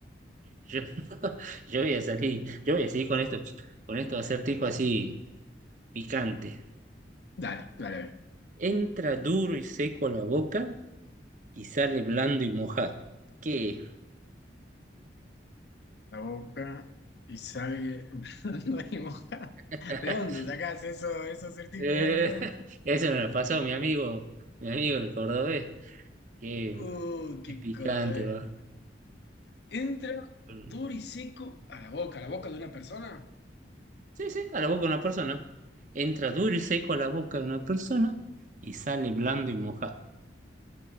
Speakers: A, on the right; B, on the left.
A: yo, <laughs> yo voy a salir, yo voy a seguir con estos, con estos acertijos así picantes.
B: Dale, dale, a ver.
A: Entra duro y seco a la boca y sale blando y mojado. ¿Qué?
B: La boca y sale <laughs> no hay mojada.
A: <laughs>
B: ¿De dónde sacás eso, esos acertijos,
A: Eh,
B: vos, amigo?
A: <laughs> ese me lo pasó mi amigo, mi amigo el cordobés que
B: Uh, qué
A: Es picante,
B: cordel.
A: va.
B: Entra
A: Mm.
B: duro y seco a la boca, a la boca de una persona.
A: Sí, sí, a la boca de una persona. Entra duro y seco a la boca de una persona y sale blando y mojado.